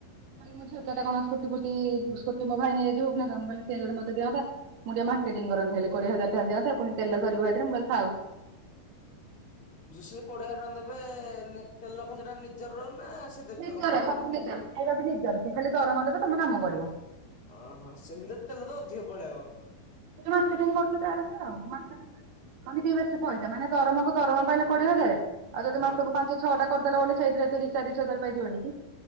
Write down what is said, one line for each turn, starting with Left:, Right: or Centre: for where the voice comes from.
Right: ମାନେ ମୁଁ ଝିଅ ପିଲାଟା କଣ ସ୍କୁଟି ଫୁଟି ସ୍କୁଟି ମୋ ଭାଇ ନେଇଯାଇଥିବ ମୁଁ କହିଲି ସେ ଯଦି ମତେ ଦିଅନ୍ତା ମୁଁ ଟିକେ ମାର୍କଟ କରନ୍ତି ହେଲେ କୋଡିଏ ହଜାର ଟଙ୍କା ଦିଅନ୍ତା ପୁଣି ତେଲ ସରିବ ହେଇଥିରେ ମୁଁ କହିଲି ଥାଉ
Left: ଜୁଷରେ କୋଡିଏ ହଜାର ଟଙ୍କା ଦେବେ ତେଲ ଖର୍ଚ୍ଚ ଟା ନିଜର ନା ସେ ଦେବେ
Right: ନିଜର
Left: କମ୍ପାନୀ?
Right: ସବୁ ନିଜର ଖାଇବା ବି ନିଜର ସିଏ ଖାଲି ଦରମା ଦେବେ ତମେ କାମ କରିବ
Left: ଅହୋ ସେମିତି ତେଲ ତ ଅଧିକ ପଳେଇବ
Right: ମାର୍କେଟିଙ୍ଗ କରୁଛି ତାର ଯାହା ମାର୍କେଟିଙ୍ଗ ରେ କହନ୍ତି ଟିକେ ବେଶୀ ପଇସା ମାନେ ଦରମକୁ ଦରମା ପାଇଲେ କୋଡିଏ ହଜାର ଆଉ ଯଦି
Left: ହଁ
Right: ମାସକୁ ପାଞ୍ଚ ଛଅ ଟା କରିଦେଲ ବୋଲି ସେଇଥିରେ ତିରିଶ ଚାଲିଶ ହଜାର ପାଇଯିବନି କି